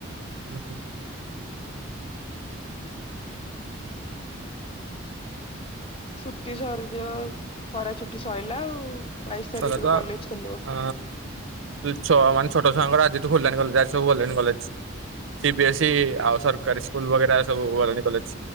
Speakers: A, on the right; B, on the left.
A: ହୁଁ ହୁଁ
B: ଛୁଟି ସରିଯିବ ଖରା ଛୁଟି ସଇଲା ଆଉ। ବାଇଶି ତାରିଖରୁ
A: ସେତ
B: କଲେଜ ଖୋଲିବ
A: ଆ ଉ ଛୁଆ ମାନେ ଛୋଟ ଛୁଆଙ୍କର ଆଜିଠୁ ଖୋଲିଲାଣି କଲେଜ । ଏଆଡେ ସବୁ ଗଲେଣି କଲେଜ ସି ବିି
B: ହୁଁ
A: ଏସ୍ଇ ଆଉ ସରକାରୀ ସ୍କୁଲେ ସବୁ ଗଲେଣି କଲେଜ।